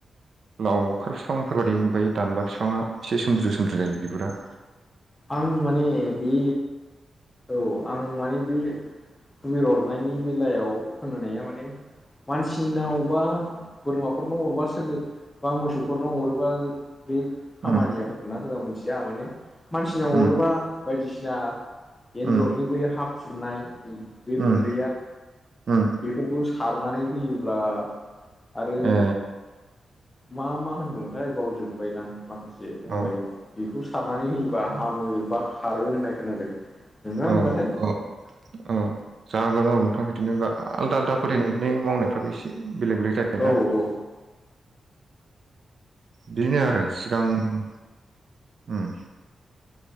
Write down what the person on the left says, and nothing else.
आं माने बे औ आं माने बे भुबिर अरनायनि बेलायाव खोनानायाया माने मानसि नाव आवबा बोरमाफोरनाव अरबा सोलो बा मोसौफोरनाव अरोबा बे खामानिया
होखोना होआ मोनथिया माने मानसिनाव
अरोबा बायदिसिना एन्जरनि
बै हा खुरनाय बे
गुन्दैया
बेफोरखौ सारनानै होयोब्ला आरो
मा-मा होनदोंमोनथाय गावजोबबायदां माखासे दंबायोमोन
बेखौ सारनानै होयोबा हामो बा खारो होननाय खोनादों नगौना
नङाथाय
औ औ